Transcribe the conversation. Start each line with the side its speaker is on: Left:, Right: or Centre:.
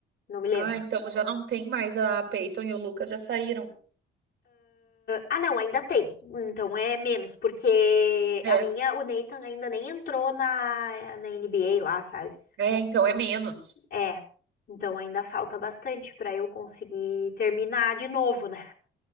Left: não me lembro.
Right: Ah, então já não tem mais a Peyton e o Lucas já saíram.
Left: Ah, não, ainda tem. Então é menos, porque
Right: É,
Left: a minha, o Nathan ainda nem entrou na, na NBA lá, sabe?
Right: é, então é menos.
Left: É. Então ainda falta bastante pra eu conseguir terminar de novo, né?